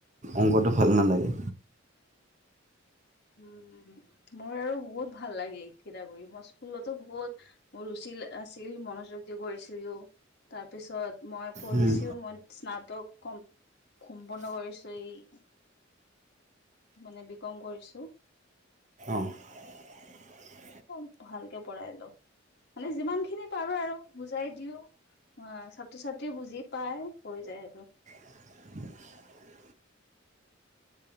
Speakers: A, on the right; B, on the left.
A: অংকটো ভাল নালাগে।
B: উম, মোৰ আৰু বহুত ভাল লাগে এই কিতা কৰি, মই স্কুলতো বহুত ৰুচি ছিল আছিল, মনোযোগ দি কৰিছিলোঁ, তাৰপিছত মই পঢ়িছোঁ,
A: উম,
B: মই স্নাতক কম সম্পূৰ্ণ কৰিছোঁ, এই মানে বি কম কৰিছোঁ।
A: <inaudible>
B: অ', ভালকে পঢ়াই লওঁ মানে যিমানখিনি পাৰোঁ আৰু বুজাই দিওঁ। অ', ছাত্ৰ-ছাত্ৰী বুজি পায়, হৈ যায় আৰু।
A: <inaudible>